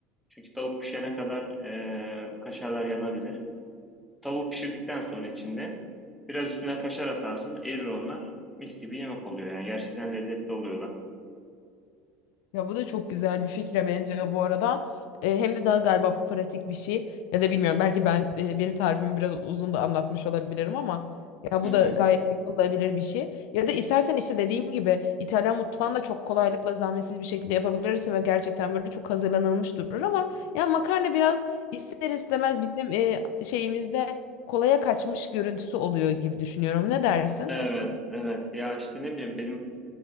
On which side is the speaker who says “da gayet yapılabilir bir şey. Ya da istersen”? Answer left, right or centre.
Left